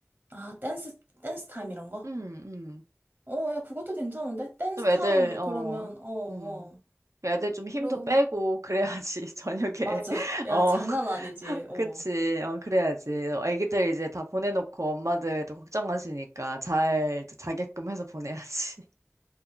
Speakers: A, on the right; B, on the right.
A: 아, 댄스, 댄스 타임 이런 거?
B: 음, 음.
A: 어, 야, 그것도 괜찮은데? 댄스
B: 좀 애들,
A: 타임
B: 어,
A: 그러면, 어, 어.
B: 음. 애들 좀 힘도
A: 그리고,
B: 빼고 그래야지 <laughs> 저녁에.
A: 맞아.
B: <laughs>
A: <laughs> 야,
B: 어.
A: 장난 아니지. 어.
B: 그치. 어, 그래야지. 애기들 이제 다 보내놓고 엄마들도 걱정하시니까 잘 이제 자게끔 해서 보내야지. <laughs>